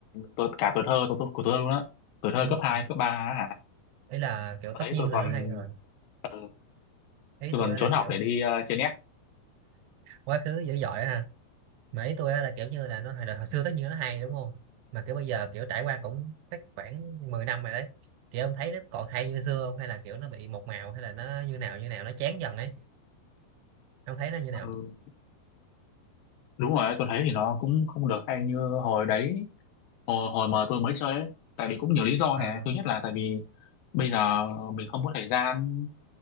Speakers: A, on the left; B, on the right.
A: tôi cả tuổi thơ tôi, tôi của tôi luôn á tuổi thơ
B: đúng
A: cấp
B: rồi
A: 2
B: kiểu-
A: cấp 3 á hả
B: ý là kiểu
A: ở
B: tất
A: đấy
B: nhiên
A: tôi
B: là
A: còn
B: nó hay rồi
A: ừ,
B: ý
A: tôi
B: tôi
A: còn
B: á là
A: trốn học
B: kiểu
A: để đi uh, trên net
B: quá khứ dữ dội ha mà ý tôi á là kiểu như là nó hồi, hồi xưa tất nhiên nó hay đúng không mà kiểu bây giờ kiểu trải qua cũng khoảng khoảng 10 năm rồi đấy kiểu ông thấy nó còn hay như xưa không hay là kiểu nó bị một màu hay là nó như nào như nào nó chán dần ấy ông thấy nó như nào
A: ừ. đúng rồi tôi thấy thì nó cũng không được hay như hồi đấy hồi hồi mà tôi mới chơi ấy tại vì cũng nhiều lý do
B: à,
A: này thứ nhất là tại vì bây giờ mình không có thời gian